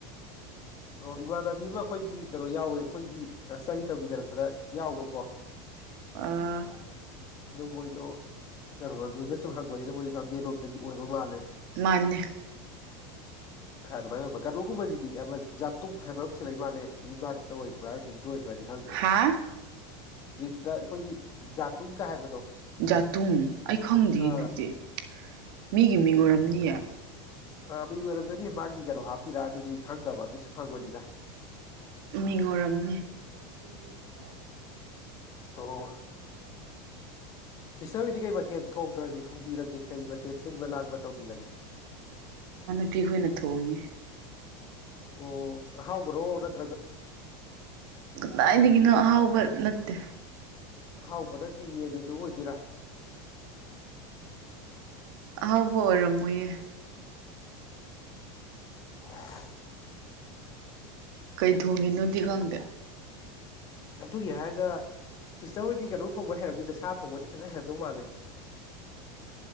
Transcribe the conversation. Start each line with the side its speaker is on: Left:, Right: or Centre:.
Left: ꯑꯣ ꯏꯃꯥꯟꯅꯕꯤ ꯑꯃ ꯑꯩꯈꯣꯏꯒꯤ ꯀꯩꯅꯣ ꯌꯥꯎꯋ ꯑꯩꯈꯣꯏꯒꯤ ꯏꯁꯇꯗꯤ ꯇꯧꯃꯤꯟꯅꯔꯛꯄꯗ ꯌꯥꯎꯕꯀꯣ
Right: ꯑ
Left: ꯑꯗꯨ ꯃꯣꯏꯗꯣ ꯀꯩꯅꯣꯗꯁꯨ ꯍꯪꯒꯅꯤꯗ ꯃꯣꯏꯗ ꯆꯥꯟꯗꯦꯜ ꯂꯣꯝꯗꯒꯤ ꯑꯣꯏꯕ ꯃꯥꯜꯂꯦ
Right: ꯃꯥꯅꯦ
Left: ꯈꯔ ꯑꯗꯨꯃꯥꯏꯅ ꯑꯣꯏꯕ ꯀꯩꯅꯣꯒꯨꯝꯕꯁꯤꯗꯤ ꯖꯥꯇꯨꯝ ꯈꯥꯏꯕ꯭ꯔ ꯑꯃꯁꯨ ꯂꯩ ꯃꯥꯜꯦ ꯌꯨꯝꯅꯥꯛꯇꯇ ꯑꯣꯏꯕ꯭ꯔꯥ ꯃꯤꯡꯗ ꯑꯣꯏꯕ꯭ꯔꯥ ꯗꯤ ꯈꯪꯗꯦ
Right: ꯍꯥ
Left: ꯋꯤꯛꯇ ꯑꯩꯈꯣꯏꯒꯤ ꯖꯥꯇꯨꯡꯒ ꯍꯥꯏꯕꯗꯣ
Right: ꯖꯥꯇꯨꯡ ꯑꯩ ꯈꯪꯗꯦ
Left: ꯑꯥ
Right: ꯑꯗꯨꯗꯤ ꯃꯤꯒꯤ ꯃꯤꯉꯣꯟꯝꯅꯤ ꯌꯥꯏ
Left: ꯑꯥꯒ ꯑꯗꯨꯗꯤ ꯃꯥꯒꯤ ꯀꯩꯅꯣ ꯍꯥꯞꯄꯤꯔ ꯑꯗꯨꯗꯤ ꯑꯩ ꯈꯪꯗꯕ ꯑꯗꯨꯏꯁꯨ ꯍꯪꯕꯅꯤꯅ
Right: ꯃꯤꯡ ꯑꯣꯏꯔꯝꯅꯤ <unintelligible>
Left: ꯑꯣ ꯁꯤꯁꯇꯔꯍꯣꯏꯗꯤ ꯀꯔꯤ ꯃꯊꯦꯜ ꯊꯣꯡꯒ꯭ꯔꯒꯦ ꯊꯣꯡꯕꯤꯔꯒꯦ ꯀꯔꯤ ꯃꯊꯦꯜ ꯁꯤꯟꯕ ꯂꯥꯡꯕ ꯇꯧꯕꯤꯔꯒꯦ
Right: ꯇꯤ ꯑꯩꯈꯣꯏꯅ ꯊꯣꯡꯉꯤ
Left: ꯑꯣ ꯍꯥꯎꯕ꯭ꯔꯣ ꯅꯠ
Right: ꯀꯗꯥꯏꯗꯒꯤꯅꯣ ꯑꯍꯥꯎꯕ ꯅꯠ ꯇꯍ
Left: ꯑꯍꯥꯎꯕ ꯅꯠꯇꯦꯌꯦ ꯌꯦꯟꯅꯦꯗꯣ ꯑꯣꯏꯗꯣꯏꯔꯥ ꯎ
Right: ꯑꯍꯥꯎꯕ ꯑꯣꯏꯔꯝꯃꯣꯏꯌꯦ
Left: ꯑꯟꯏꯟꯇꯦꯜꯂꯤꯖꯦꯕꯜ
Right: ꯀꯩ ꯊꯣꯡꯉꯤꯅꯣꯗꯤ ꯈꯪꯗꯦ
Left: ꯑꯗꯨꯒꯤ ꯍꯥꯏꯔꯒ ꯁꯤꯁꯇꯔ ꯍꯣꯏꯗꯤ ꯀꯩꯅꯣ ꯊꯣꯡꯕ ꯍꯩꯔꯝꯅꯤꯗ ꯁꯥ ꯊꯣꯡꯕꯗꯤ ꯐꯖꯅ ꯍꯩꯔꯝꯗꯧ ꯃꯥꯜꯂꯤ